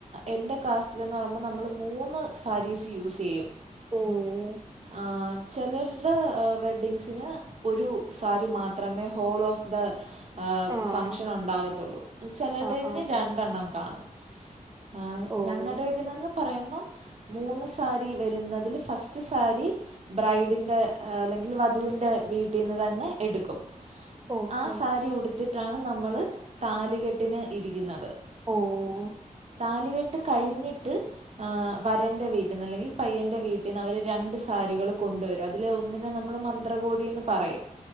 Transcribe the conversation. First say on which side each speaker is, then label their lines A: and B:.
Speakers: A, on the right (about 50°); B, on the right (about 25°).
A: എൻ്റെ കാസ്റ്റിലെന്ന് പറിമ്പോ നമ്മള് മൂന്ന് സാരീസ് യൂസിയ്യും
B: ഓഹ്
A: ആഹ് ചെലര്ടെ ഏഹ് വെഡ്ഡിങ്സിന് ഒരു സാരി മാത്രമേ ഹോൾ ഓഫ് ദ ഏഹ്
B: ആഹ്
A: ഫംഗഷനുണ്ടാവത്തൊള്ളൂ ചെലര്ടേതിന്
B: ആഹ് ആഹ്
A: രണ്ടെണ്ണം കാണും ആഹ്
B: ഓഹ്
A: ഞങ്ങടെതിനന്ന് പറയമ്പം മൂന്ന് സാരി വരുന്നതില് ഫസ്റ്റ് സാരി ബ്രൈഡിന്റെ അല്ലെങ്കിൽ വധൂന്റെ വീട്ടിന്ന് തന്നെ എട്ക്കും
B: ഓക്കെ
A: ആഹ് സാരി ഉട് ത്തിട്ടാണ് നമ്മള് താലികെട്ടിന് ഇരിക്യുന്നത്
B: ഓഹ്
A: താലികെട്ട് കഴിഞ്ഞിട്ട് ആഹ് വരന്റെ വീട്ടിന്ന് അല്ലെങ്കിൽ ആഹ് വരൻ്റെ വീട്ട്ന്നല്ലങ്കിൽ പയ്യന്റെ വീട്ടിന്ന വര് രണ്ട് സാരികൾ കൊണ്ടുവരു അതില് ഒന്നിനെ നമ്മള് മ ത്ര കോടിയന്ന് പറയും